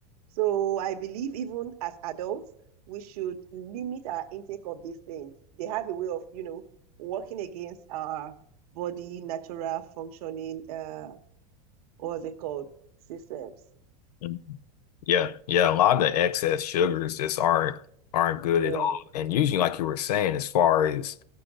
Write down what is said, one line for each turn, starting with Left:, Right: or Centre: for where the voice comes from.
Right: So I believe even as adults, we should limit our intake of these things. They have a way of, you know, working against our body natural functioning, uh, what's it called, systems.
Left: Mhm. Yeah, yeah, a lot of the excess sugars just aren't aren't good
Right: Yeah.
Left: at all. And usually, like you were saying, as far as